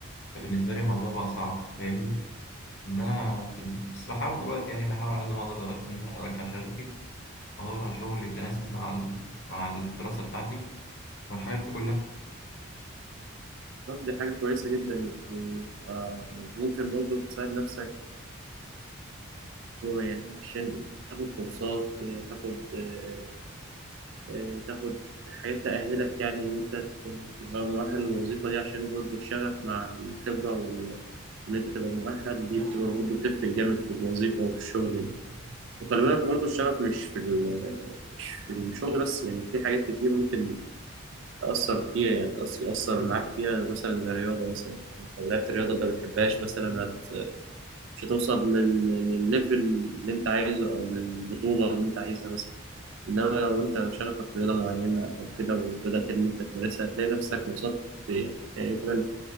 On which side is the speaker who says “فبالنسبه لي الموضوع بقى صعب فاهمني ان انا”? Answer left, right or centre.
Left